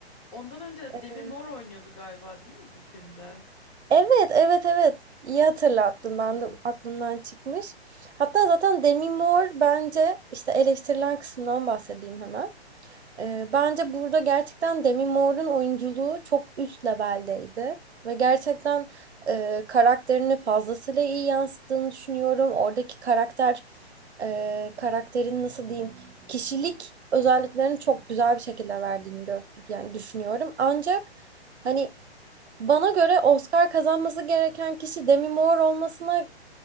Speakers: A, on the left; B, on the right.
A: Ondan önce
B: E,
A: Demi Moore oynuyordu galiba değil mi bu filmde?
B: Evet, evet, evet. İyi hatırlattın. Ben
A: Evet.
B: de aklımdan çıkmış. Hatta zaten Demi Moore bence işte eleştirilen kısımdan bahsedeyim hemen. Ee, bence burada gerçekten Demi Moore'un oyunculuğu çok üst leveldeydi. Ve gerçekten e, karakterini fazlasıyla iyi yansıttığını düşünüyorum. Oradaki karakter, e, karakterin nasıl diyeyim, kişilik özelliklerini çok güzel bir şekilde verdiğini gör yani düşünüyorum. Ancak hani bana göre Oscar kazanması gereken kişi Demi Moore olmasına